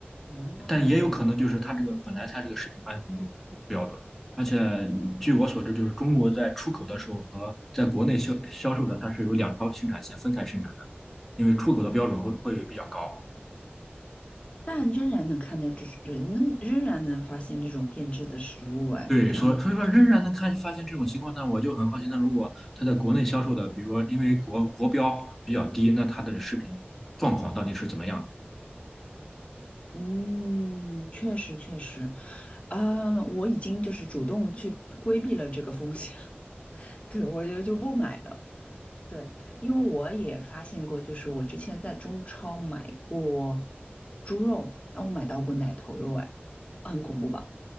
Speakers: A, on the left (about 30°); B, in the centre.
A: 哦，
B: 但也有可能就是它这个本来它这个食品安全就不标准，而且据我所知，就是中国在出口的时候和在国内销销售的，它是有两条生产线分开生产的，因为出口的标准会会比较高。
A: 但仍然能看到这是能仍然能发现这种变质的食物，哎，
B: 对，
A: 这很
B: 所所以说仍然能看发现这种情况呢，我就很好奇，那如果它在国内销售的，比如说因为国国标比较低，那它的食品状况到底是怎么样的？
A: 嗯，确实确实啊，我已经就是主动去规避了这个风险，<laughs> 对，我就就不买了。对，因为我也发现过，就是我之前在中超买过猪肉，那我买到过奶头肉，哎，很恐怖吧？